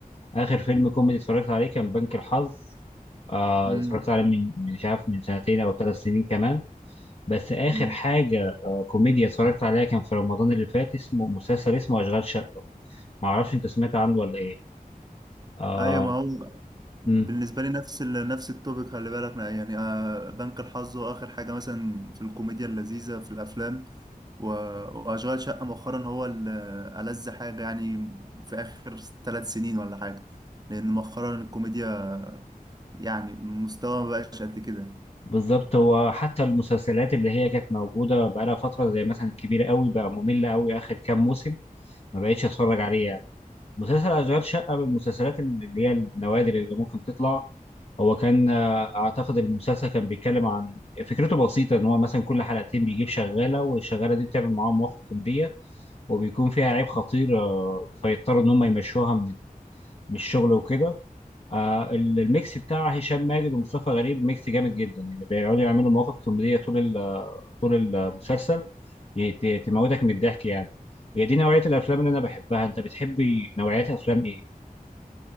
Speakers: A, on the left (about 40°); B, on the right (about 25°).
A: اخر فيلم كوميدي اتفرجت عليه كان بنك الحظ آه،
B: امم
A: اتفرجت عليه من من- مش عارف من سنتين او ثلاث سنين كمان بس آخر
B: أمم.
A: حاجة آه، كوميديا اتفرجت عليها كان في رمضان اللي فات اسمه مسلسل اسمه أشغال شقة معرفش أنت سمعت عنه ولا إيه آه
B: ايوه ما هو بالنسبة
A: مم.
B: لي نفس ال... نفس التوبيك خلي بالك يعني آه، بنك الحظ وآخر حاجة مثلا في الكوميديا اللذيذة في الأفلام و... وأشغال شقة مؤخرا هو ال- ألذ حاجة يعني في آخر ثلاث سنين ولا حاجة لأن مؤخرا الكوميديا يعني مستوى مبقاش قد كده
A: بالظبط هو حتى المسلسلات اللي هي كانت موجودة بقالها فترة زي مثلا الكبير قوي بقى ممل قوي آخر كام موسم ما بقتش أتفرج عليه يعني مسلسل أشغال شقة من المسلسلات اللي هي النوادر اللي ممكن تطلع هو كان آه، اعتقد المسلسل كان بيتكلم عن فكرته بسيطه ان هو مثلا كل حلقتين بيجيب شغاله والشغاله دي بتعمل معاهم مواقف كوميديه وبيكون فيها عيب خطير آه، فيضطروا ان هم يمشوها من من الشغل وكده آه، ال- الميكس بتاع هشام ماجد ومصطفى غريب ميكس جامد جدا يعني بيقعدوا يعملوا مواقف كوميديه طول ال- طول المسلسل ي- ت- تموتك من الضحك يعني هي دي نوعيه الافلام اللي انا بحبها انت بتحبي نوعيات افلام ايه